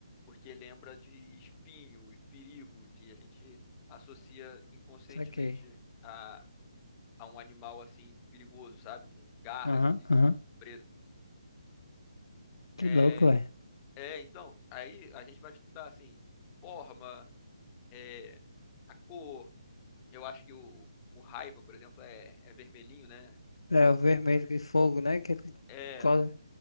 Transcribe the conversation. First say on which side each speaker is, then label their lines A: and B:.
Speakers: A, on the left; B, on the left.
A: porque lembra de espinho e perigo, que a gente associa inconscientemente
B: Saquei.
A: a, a um animal, assim, perigoso, sabe? Com garras
B: Aham,
A: e
B: aham.
A: presas.
B: Que
A: É,
B: louco, ué.
A: é, então, aí a gente vai estudar, assim, forma, é, a cor. Eu acho que o, o raiva, por exemplo, é, é vermelhinho, né?
B: É, o vermelho que fogo, né? Que ele,
A: É,
B: co-
A: é,